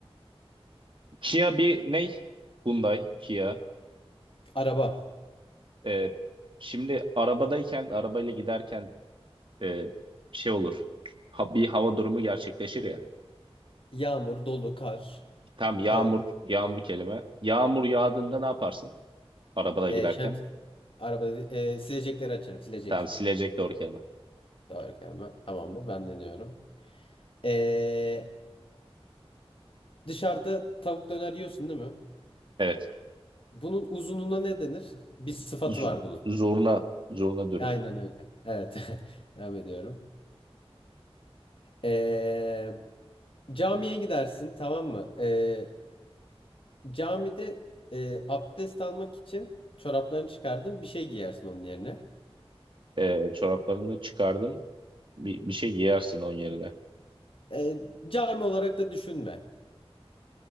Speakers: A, on the right; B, on the left.
A: Kia bir ne? Hyundai, Kia.
B: Araba,
A: E, şimdi arabadayken, arabayla giderken e, şey olur. Ha- bir hava durumu gerçekleşir ya.
B: yağmur, dolu, kar.
A: Tam yağmur,
B: Evet.
A: yağmur kelime. Yağmur yağdığında ne yaparsın? Arabada
B: E,
A: giderken.
B: şems, araba dedi, e, silecekleri açarım, silecek.
A: Tam silecek doğru kelime.
B: Doğru gelme. Tamamdır, ben deniyorum. E, dışarıda tavuk döner yiyorsun değil mi?
A: Evet.
B: Bunun uzunluğuna ne denir? Bir sıfatı
A: Z-
B: var bunun.
A: zurna, zurna dürüm.
B: Aynen öyle. Evet. <laughs> Devam ediyorum. E, camiye gidersin, tamam mı? E, Camide e, abdest almak için çoraplarını çıkardın, bir şey giyersin onun yerine.
A: Ee, çoraplarını çıkardın. Bir, bir şey giyersin onun yerine.
B: E, cami olarak da düşünme.